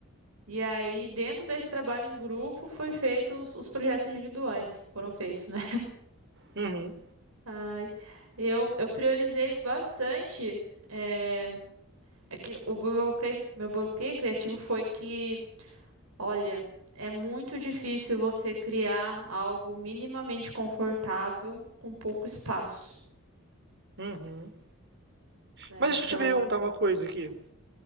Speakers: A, on the right; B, on the right.
A: e aí dentro desse trabalho em grupo foi feito os, os projetos individuais, foram feitos, né?
B: uhum,
A: Ai, eu, eu priorizei bastante. É, é que o bloqueio- meu bloqueio criativo foi que, olha, é muito difícil você criar algo minimamente confortável com pouco espaço,
B: uhum.
A: né?
B: Mas deixa
A: Então,
B: eu te perguntar uma coisa aqui.